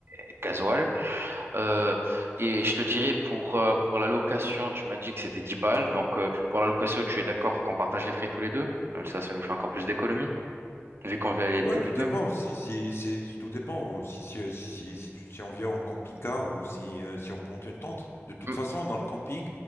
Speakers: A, on the right; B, on the left.
A: et gasoil. Euh, et je te dirais, pour, euh, pour la location, tu m'as dit que c'était 10 balles. Donc, euh, pour la location, tu es d'accord qu'on partage les frais tous les deux? Comme ça, ça nous fait encore plus d'économies, vu qu'on va aller
B: Ouais,
A: tous
B: tout
A: les
B: dépend.
A: deux.
B: Si, si, si- tout dépend. Si, si, si, si, tu, si on vient en camping-car ou si, euh, si on plante une tente. De toute
A: M-
B: façon, dans le camping,